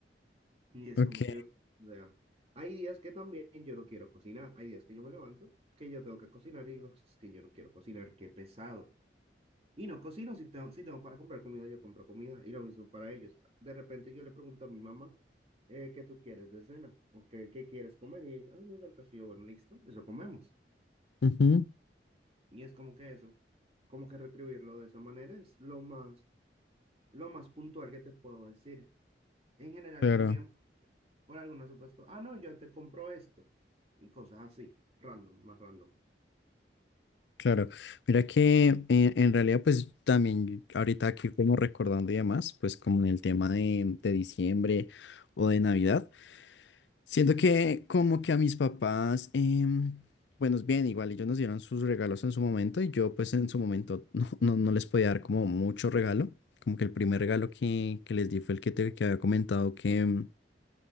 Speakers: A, on the right (about 35°); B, on the left (about 80°).
A: Y es
B: Ok.
A: como que, o sea, hay días que también yo no quiero cocinar, hay días que yo me levanto, que yo tengo que cocinar y digo, es que yo no quiero cocinar, qué pesado. Y no cocino, si tengo, si tengo para comprar comida, yo compro comida, y lo mismo para ellos. De repente yo le pregunto a mi mamá, eh, ¿qué tú quieres de cena? ¿O qué, qué quieres comer? Y ella, ah, no, del castillo, bueno, listo, eso comemos.
B: ujú,
A: Y es como que eso, como que retribuirlo de esa manera es lo más, lo más puntual que te puedo decir. En general
B: Claro.
A: también por algunas otras cosas. Ah, no, yo te compro esto. Y cosas así, random, más random.
B: Claro, mira que en, en realidad pues también ahorita aquí como recordando y demás, pues como en el tema de, de diciembre o de Navidad, siento que como que a mis papás, em, bueno, es bien, igual ellos nos dieron sus regalos en su momento y yo pues en su momento <laughs> no, no, no les podía dar como mucho regalo, como que el primer regalo que, que les di fue el que te que había comentado que,